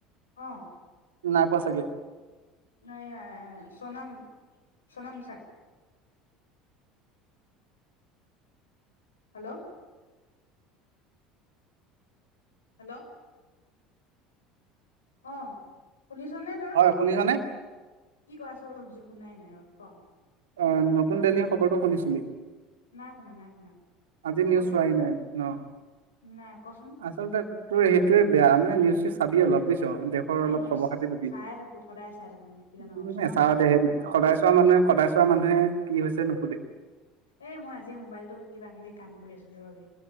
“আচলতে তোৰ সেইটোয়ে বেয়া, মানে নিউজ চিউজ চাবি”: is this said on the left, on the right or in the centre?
Right